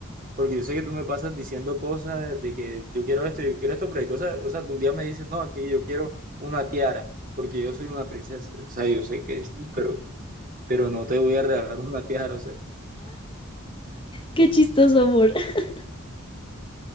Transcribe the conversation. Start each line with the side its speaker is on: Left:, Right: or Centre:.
Right: Porque yo sé que tú me pasas diciendo cosas de que yo quiero esto, yo quiero esto, pero hay cosas, o sea, tú un día me dices, no, es que yo quiero una tiara, porque yo soy una princesa, o sea, yo sé que sí, pero, pero no te voy a regalar una tiara, o sea,
Left: Qué chistoso, amor. <laughs>